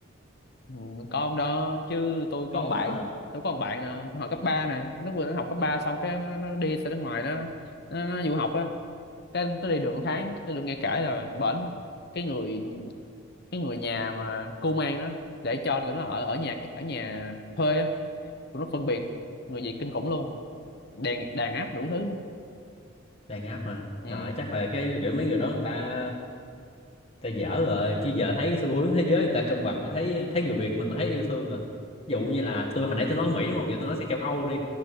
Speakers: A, on the left; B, on the left.
A: Ừ, có ông đó chứ tôi có
B: có
A: một bạn tôi có một bạn nè con học cấp 3 nè lúc vừa nó học cấp 3 xong cái nó, nó đi ra nước ngoài nó nó, nó du học á cái nó đi được một tháng tôi được nghe kể là bển cái người cái người nhà mà cu mang đó để cho tụi nó ở ở nhà ở nhà thuê á, tụi nó phân biệt người Việt kinh khủng luôn đàn đàn áp đủ thứ nữa
B: đang áp mà
A: ừ.
B: rồi chắc là cái kiểu mấy người đó người ta ta dở rồi chứ giờ thấy cái xu hướng thế giới người ta cân bằng thấy thấy người Việt mình là thấy yêu thương à ví dụ như là tôi hồi nãy tôi nói ở Mỹ đúng không giờ tôi nói sang châu Âu đi